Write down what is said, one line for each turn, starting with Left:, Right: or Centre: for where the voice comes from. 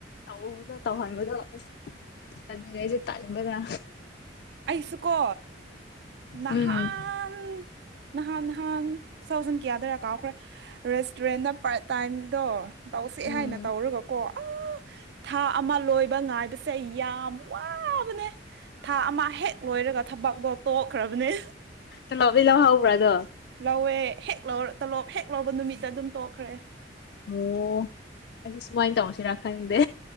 Left: ꯇꯧꯕꯗꯣ ꯇꯧꯍꯟꯕꯗꯣ ꯏꯁ ꯑꯗꯨꯅꯦ ꯑꯩꯁꯨ ꯇꯟꯕꯅꯥ
Right: ꯑꯩꯁꯨꯀꯣ ꯅꯍꯥꯟ
Left: ꯎꯝ
Right: ꯅꯍꯥꯟ ꯅꯍꯥꯟ ꯇꯨ ꯊꯥꯎꯖꯟ ꯀꯌꯥꯗꯔꯥ ꯀꯥꯎꯈ꯭ꯔꯦ ꯔꯦꯁꯇꯨꯔꯦꯟꯗ ꯄꯥꯔꯠ ꯇꯥꯏꯝꯗꯣ ꯇꯧꯁꯦ
Left: ꯎꯝ
Right: ꯍꯥꯏꯅ ꯇꯧꯔꯒ ꯀꯣ ꯎ ꯊꯥ ꯑꯃ ꯂꯣꯏꯕ ꯉꯥꯏꯕꯁꯦ ꯌꯥꯝ ꯋꯥꯕꯅꯦ ꯊꯥ ꯑꯃ ꯍꯦꯛ ꯂꯣꯏꯔꯒ ꯊꯕꯛꯛꯇꯣ ꯇꯣꯛꯈ꯭ꯔꯕꯅꯦ
Left: ꯇꯣꯂꯣꯞ ꯗꯤ ꯂꯧꯍꯧꯕ꯭ꯔꯥ ꯑꯗꯣ
Right: ꯂꯧꯋꯦ ꯍꯦꯛ ꯂꯧꯔ ꯇꯣꯂꯣꯞ ꯍꯦꯛ ꯂꯧꯕ ꯅꯨꯃꯤꯠꯇ ꯑꯗꯨꯝ ꯇꯣꯛꯈ꯭ꯔꯦ
Left: ꯑꯣ ꯑꯩꯁꯨ ꯁꯨꯃꯥꯏꯅ ꯇꯧꯁꯤꯔꯥ ꯈꯪꯗꯦ